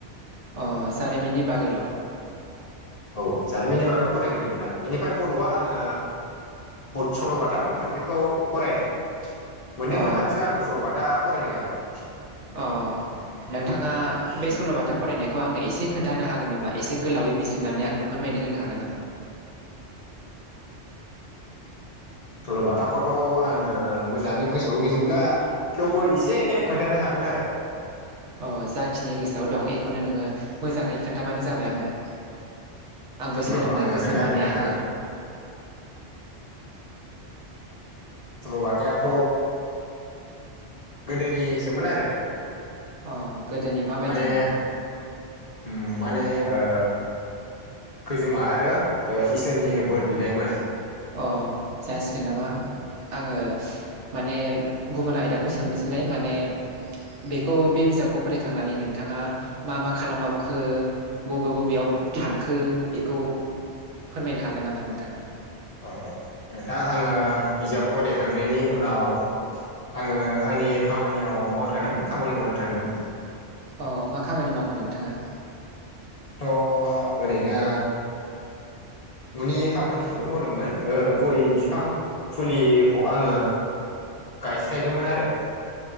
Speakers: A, on the right; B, on the left.
A: अ जारिमिननि बागैल'
B: औ जारिमिननि बागै फरायग्रोदोंमोन आं बेनिफ्राय बडआ आङो बहुत सलबाथा दंमोन बेखौ फरायदों मोननै
A: अ
B: मोनथामसो आङो सल बाथा फरायदों आरो
A: अ नोंथाङा बे सल'बाथा फरायनायखौ आंनो एसे खोन्थानो हागोन नामा एसे गोलावै बिजिरनानै आंनो फोरमायनो होनो हागोन नामा?
B: सल'बाथाखौथ' आङो मोजाङै गोसो ज' गिजोबब्ला थेवबो एसे खोन्थानो हागोन आरो
A: अ जाखिनि गोसोआव दं एखौनो नोङो मोजाङै खोनन्थाबानो जाबाय आंनो आंबो सोलोंनो
B: र आं
A: गोसो
B: खोनथानो
A: माने
B: नोंथा
A: आंबो
B: सलबाथायाथ गोदोनिसोमोन आरो
A: अ गोदोनि माबायदिमोन
B: माने उम माने ओ खैजोमा आरो इसोरनि बोर बिनायमोन
A: अ जासिगोन नामा? आङो माने गुबुन आयदाखौ सोंनोसैलाय माने बेखौ
B: औ
A: बे बिजाबखौ फरायखांनानै नोंथाङा मा मा खालामबावखो? बबे बबेयाव थांखो बेखौ फोरमायनो हागोन नामा नोंथाङा?
B: औ नोंथां आङो बिजाब फरायखांनायनि उनाव आङो आंनि खामानियाव मावनो थांदोंमोन खामानि मावनो थांदोंमोन
A: अ मा खामानि मावखो नोंथाङा?
B: आंथ ओरैनो ननि खामानिखौनो मावदोंमोन ओ गय बिफां फुलिखौ आङो गायस्लायदोंमोन आरो